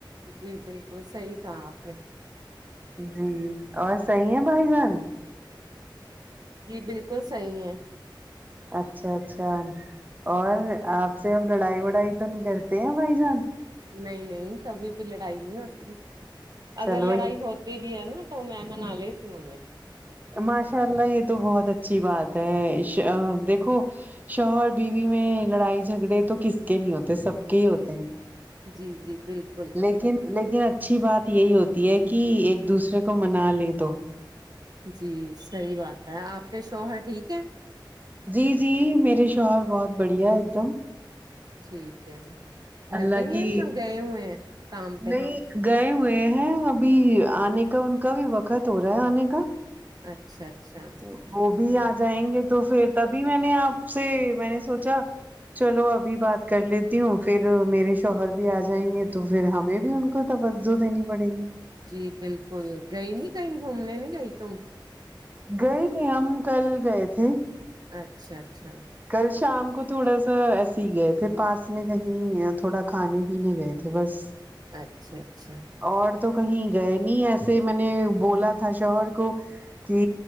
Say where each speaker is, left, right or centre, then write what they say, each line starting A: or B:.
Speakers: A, on the right; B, on the right.
A: جی بالکل صحیح کہہ آپ
B: جی اور صحیح ہے بھائی جان
A: جی بالکل صحیح ہے
B: اچھا اچھا اور آپ سے اب لڑائی وڑائی تو نہیں کرتے ہیں بھائی جان
A: نہیں نہیں کبھی بھی لڑائی نہیں ہوتی
B: چلو
A: اگر لڑائی ہو بی بی ہے ن تو میں منالتی ہوئے انھیں
B: ماشاء اللہ یے تو بہت اچھی بات ہے دیکھو شوہر بیوی مے لڑائی جگھڑے تو کسکے نہیں ہوتے سب کے ہے ہوتے ہیں
A: جی جی بلکل
B: لیکن لیکن اچھی بات یہی ہوتی ہے کہ ایک دوسرے کو منا لے تو
A: جی صحیح بات ہے اپکے شوہر ٹھیک ہے
B: جی جی میرے شوہر بہت بڑھیا ہے ایک دم
A: ٹھیک ہے نہ گھر
B: اللہ
A: پہ ہی
B: کی
A: ہے یا گئے ہوئے ہیں کام پہ
B: نہیں گئے ہوئے ہیں ابھی آنے کا ان کا بھی وقت ہو رہا ہے آنے کا
A: اچھا اچھا
B: جی <unintelligible> چلو ابھی بات کر لیتی ہوں پھر میرے شوہر بھی آ جائیں گے تو پھر ہمیں بھی ان کو توجو دینی پڑیگی
A: جی بالکل گئی نہیں کہیں گھومنے نہیں گئی تم
B: گئے تھے ہم کل گئے تھے
A: اچھا اچھا
B: کل شام کو تھوڑا سا ایسے ہی گئے تھے پاس میں کہیں یہ تھوڑا کھانے پینے گئے تھے بس
A: اچھا اچھا
B: اور تو کہیں گئے نہیں ایسے میں نے بولا تھا شوہر کو کہ